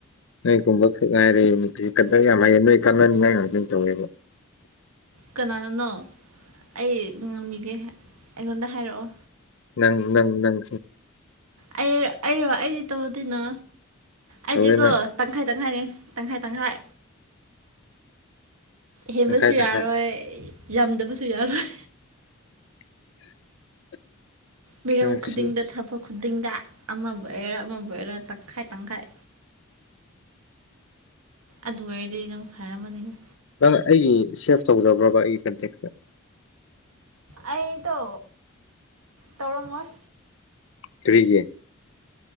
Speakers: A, on the left; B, on the right.
A: ꯅꯣꯏꯒꯨꯝꯕ ꯈ ꯉꯥꯏꯔꯦ ꯅꯨꯄꯤꯁꯤ ꯈꯛꯇꯪ ꯌꯥꯝ ꯍꯩꯌꯦ ꯅꯣꯏ ꯀꯥꯟꯅꯅꯤꯡꯉꯥꯏ ꯉꯇꯝ ꯇꯧꯋꯦꯕ
B: ꯀꯅꯥꯅꯅꯣ ꯑꯩ ꯉ ꯉꯝꯃꯤꯒꯦ ꯑꯩꯉꯣꯟꯗ ꯍꯥꯏꯔꯛꯑꯣ
A: ꯅꯪ ꯅꯪ ꯅꯪ
B: ꯑꯩ ꯑꯩꯔꯣ ꯑꯩꯗꯤ ꯇꯧꯗꯅꯣ ꯑꯩꯗꯤꯀꯣ
A: ꯇꯧꯋꯦ ꯅꯪ
B: ꯇꯪꯈꯥꯏ ꯇꯪꯈꯥꯏꯅꯤ ꯇꯪꯈꯥꯏ ꯇꯪꯈꯥꯏ ꯍꯦꯟꯕꯁꯨ
A: ꯇꯪꯈꯥꯏ ꯇꯪꯈꯥꯏ
B: ꯌꯥꯔꯣꯏ ꯌꯥꯝꯗꯕꯁꯨ ꯌꯥꯔꯣꯏ
A: <unintelligible>
B: ꯃꯤꯔꯝ
A: ꯅꯪ
B: ꯈꯨꯗꯤꯡꯗ
A: ꯁꯤ
B: ꯊꯕꯛ ꯇꯤꯡꯗ ꯑꯃꯕꯨ ꯑꯣꯏꯔ ꯑꯃꯕꯨ ꯑꯣꯏꯔ ꯇꯪꯈꯥꯏ ꯇꯪꯈꯥꯏ ꯑꯗꯨ ꯑꯣꯏꯔꯗꯤ ꯅꯪ ꯐꯔꯝꯃꯅꯤꯅ
A: ꯅꯪ ꯑꯩꯒꯤ ꯁꯦꯞ ꯇꯧꯖꯕ꯭ꯔꯕ ꯑꯩꯒꯤ ꯀꯟꯇꯦꯛꯁꯦ
B: ꯑꯩꯗꯣ ꯇꯧꯔꯝꯃꯣꯏ
A: ꯀꯔꯤꯒꯤꯦ